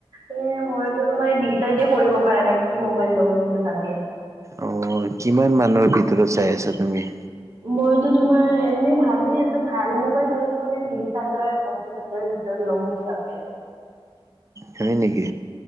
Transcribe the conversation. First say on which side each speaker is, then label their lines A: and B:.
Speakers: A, on the right; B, on the right.
A: মানে মইতো তোমাৰ ডিচাইডে কৰিব পৰাৰ নাই। কি মোবাইল লওঁ বুলি ভাবি আছো।
B: অ, কিমান মানুৰ ভিতৰত চাই আছা তুমি?
A: মইতো তোমাৰ এনে ভাবি আছো ভাল মোবাইল হলেতো মানে বিশ হাজাৰ, পচিছ হাজাৰৰ ভিত <unintelligible> পেছ
B: হয়, নেকি।